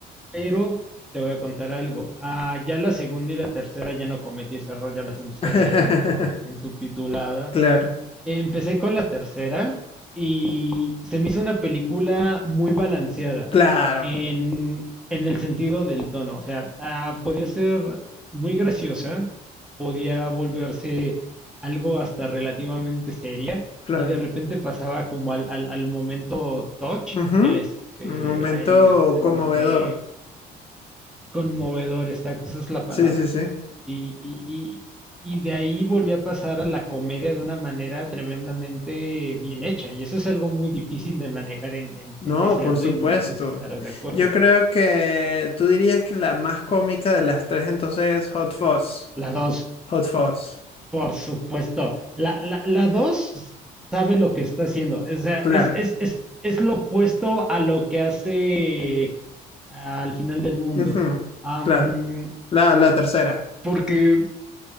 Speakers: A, in the centre; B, on the left.
A: pero te voy a contar algo. Ah, ya la segunda y la tercera ya no cometí ese error, ya las empecé
B: <laughs>
A: a ver en, en subtitulada.
B: Claro,
A: Empecé con la tercera y se me hizo una película muy balanceada
B: claro,
A: en, en el sentido del tono. O sea, ah, podía ser muy graciosa, podía volverse algo hasta relativamente seria
B: claro.
A: y de repente pasaba como al, al, al momento touch,
B: Ujú.
A: este,
B: Un momento
A: ahí es en
B: conmovedor.
A: donde Conmovedor, exacto, esa es la palabra.
B: Sí, sí, sí.
A: Y, y, y, y de ahí volví a pasar a la comedia de una manera tremendamente bien hecha. Y eso es algo muy difícil de manejar en, en,
B: No,
A: en ese
B: por
A: ritmo.
B: supuesto.
A: No sé si estarás de acuerdo.
B: Yo creo que tú dirías que la más cómica de las tres entonces es Hot Fuzz.
A: La dos,
B: Hot Fuzz.
A: por supuesto. La, la, la dos sabe lo que está haciendo. O sea,
B: Claro.
A: es, es, es, es lo opuesto a lo que hace al final del mundo.
B: Ujú,
A: Am,
B: claro, la, la tercera,
A: porque,